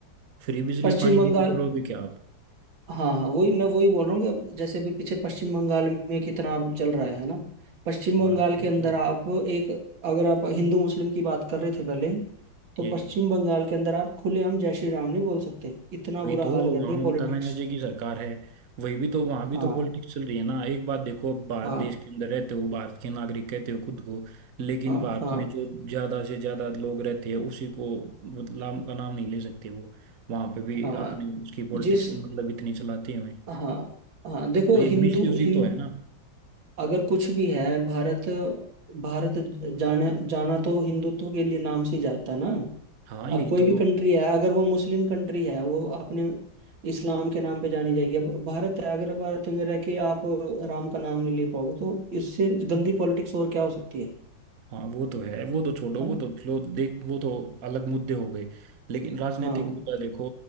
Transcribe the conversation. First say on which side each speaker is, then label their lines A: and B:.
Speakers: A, on the right; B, on the right.
A: फ्री बिजली
B: पश्चिम
A: पानी
B: बंगाल
A: देने करोगे क्या आप
B: हाँ हाँ वही मैं वही बोल रहा हूँ कि अब जैसे अभी पीछे पश्चिम बंगाल में कितना अब चल रहा है है ना पश्चिम बंगाल
A: हाँ यही
B: के अंदर
A: तो
B: आप एक अगर आप हिंदू मुस्लिम की बात कर रहे थे पहले तो
A: यही
B: पश्चिम बंगाल के अंदर आप खुलेआम जय श्री राम नहीं बोल सकते इतना
A: वही
B: बुरा
A: तो
B: हाल कर दिया
A: आम ममता
B: पॉलिटिक्स
A: बनर्जी की सरकार है वही भी तो वहां भी
B: हाँ
A: तो पॉलिटिक्स चल रही है ना एक बात देखो अब भारत
B: हाँ
A: देश के अंदर रहते हो भारत के नागरिक कहते हो खुद को लेकिन
B: हाँ
A: भारत
B: हाँ
A: में जो ज्यादा से ज्यादा लोग रहते हैं उसी को नाम का नाम नहीं ले सकते वो वहां पे भी
B: हाँ
A: अपनी उसकी पॉलिटिक्स
B: जिस
A: मतलब इतनी चलाते हुए
B: हाँ हाँ देखो
A: तो ये
B: हिंदू
A: मिस यूज
B: हिंद
A: ही तो है ना
B: अगर कुछ भी है भारत भारत जाना जाना तो हिंदुत्व के लिए नाम से ही जाता है ना
A: हाँ यही
B: अब कोई
A: तो
B: भी कंट्री है अगर वो मुस्लिम कंट्री है वो अपने इस्लाम के नाम पे जानी जाएगी अब भारत है अगर भारत में रह के आप राम का नाम नहीं ले पाओगे तो इससे गंदी पॉलिटिक्स और क्या हो सकती है
A: हाँ वो तो है वो तो छोड़ो
B: है
A: वो
B: ना
A: तो लो देख वो तो अलग मुद्दे हो गए लेकिन राजनीतिक
B: हाँ
A: मुद्दा देखो